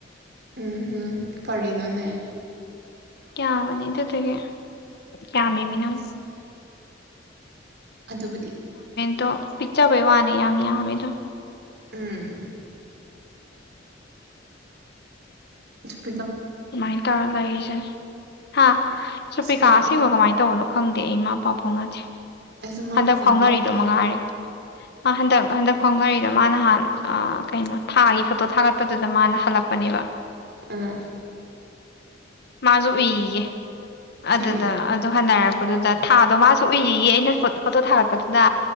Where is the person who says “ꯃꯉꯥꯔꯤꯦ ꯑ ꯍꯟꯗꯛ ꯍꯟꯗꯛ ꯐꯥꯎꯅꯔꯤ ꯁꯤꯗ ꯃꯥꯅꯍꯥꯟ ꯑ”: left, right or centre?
Left